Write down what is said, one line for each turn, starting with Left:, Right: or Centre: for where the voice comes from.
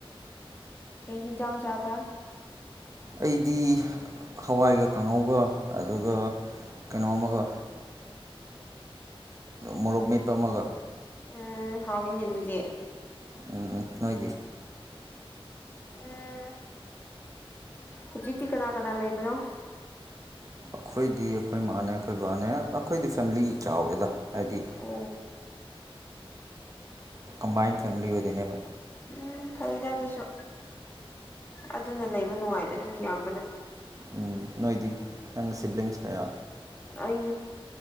Left: ꯀ ꯍꯖꯎ ꯆꯥꯕ
Right: ꯑꯩꯗꯤ ꯍꯋꯥꯏꯒ ꯀꯥꯡꯉꯧꯒ ꯑꯗꯨꯒ ꯀꯩꯅꯣ ꯑꯃꯒ ꯃꯣꯔꯣꯛ ꯃꯦꯠꯄ ꯑꯃꯒ
Left: ꯎꯝ ꯍꯥꯎ ꯏꯅꯦꯂꯗꯤꯦ
Right: ꯎꯝ ꯎꯝ ꯅꯣꯏꯗꯤ
Left: ꯎꯝ ꯍꯧꯖꯤꯛꯇꯤ ꯀꯅꯥ ꯀꯅꯥ ꯂꯩꯕꯅꯣ
Right: ꯑꯩꯈꯣꯏꯗꯤ ꯑꯩꯈꯣꯏ ꯃꯥꯅꯦ ꯑꯩꯈꯣꯏ ꯕꯕꯥꯅꯦ ꯑꯩꯈꯣꯏꯗꯤ ꯐꯦꯃꯤꯂꯤ ꯆꯥꯎꯋꯦꯗ ꯍꯥꯏꯗꯤ
Left: ꯑꯣ
Right: ꯀꯝꯕꯥꯏꯟ ꯐꯦꯃꯤꯂꯤ ꯑꯣꯏꯗꯅꯦꯕ
Left: ꯎꯝ ꯐꯩꯗ ꯑꯗꯨꯁꯨ ꯑꯗꯨꯅ ꯂꯩꯕ ꯅꯨꯡꯉꯥꯏꯕꯅꯤ ꯃꯤꯌꯥꯝꯕꯅ
Right: ꯎꯝ ꯅꯣꯏꯗꯤ ꯅꯪꯒꯤ ꯁꯤꯕ꯭ꯂꯤꯡꯁ ꯀꯌꯥ
Left: ꯑꯩ